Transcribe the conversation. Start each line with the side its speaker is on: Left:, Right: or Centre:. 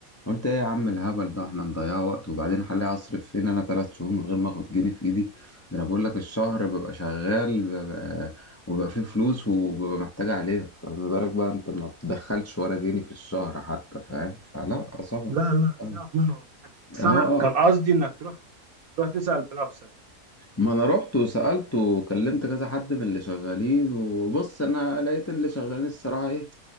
Left: قلت ايه يا عم الهبل ده احنا نضيع وقت وبعدين هلاقي اصرف فين انا ثلاث شهور من غير ما اخد جنيه في ايدي ده انا بقول لك الشهر ببقى شغال وبيبقى فيه فلوس وببقى محتاج عليها فما بالك بقى انت ما بتدخلش ولا جنيه في الشهر حتى فاهم فلا صعبة
Right: لا لا
Left: اه
Right: سيبك منه بس
Left: اه
Right: انا كان قصدي انك تروح تروح تسأل بنفسك
Left: ما انا رحت وسألت وكلمت كذا حد من اللي شغالين وبص انا لقيت اللي شغالين الصراحة ايه